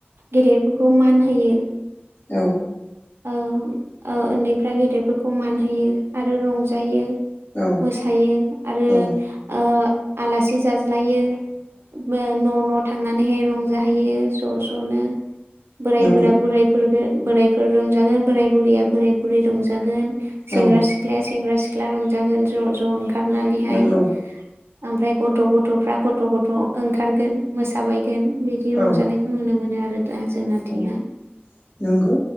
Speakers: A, on the right; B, on the left.
A: गेदेरफोरखौ मान होयो।
B: औ।
A: ओ ओ उन्दैफ्रा गेदेरफोरखौ मान होयो आरो रंजायो।
B: औ
A: मोसायो आरो
B: औ
A: ओ <unintelligible> आलासि जाज्लायो। मो न' नद <unintelligible> थांनानैहाय रंजाहैयो ज' ज'नो। बोरायफोरा
B: नंगौ
A: बोरायफोरदो <unintelligible> बोरै <unintelligible> फोर रंजागोन बोराय बुरैया बोराय बुरै रंजागोन सेंग्रा
B: औ
A: सिख्लाया सेंग्रा सिख्ला रंजागोन ज ज ओंखारनानैहाय
B: नंगौ
A: ओमफ्राय गथ गथफ्रा गथ गथ ओंखारगोन मोसाबाय जेन बिदि
B: औ
A: रंजानायखौ नुनो मोनो आरो दं जोंनाथिंहाय
B: औ
A: <unintelligible>
B: नंगौ